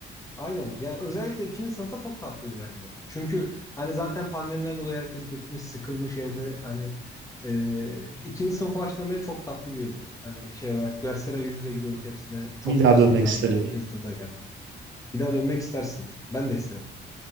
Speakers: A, on the left; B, on the right.
A: aynen. Yani özellikle ikinci sınıfta çok tatlıydı bence. Çünkü hani zaten pandemiden dolayı herkes bıkmış, sıkılmış evde. Hani e, ikinci sınıf başlamaya çok tatlı bir yıldı. Hani şey olarak derslere yüz yüze gidiyorduk hepsine. Çok
B: Bir daha
A: dersimiz
B: dönmek
A: vardı
B: isterim
A: bir de ikinci
B: yani.
A: sınıftayken. Bir daha dönmek istersin. Ben de isterim.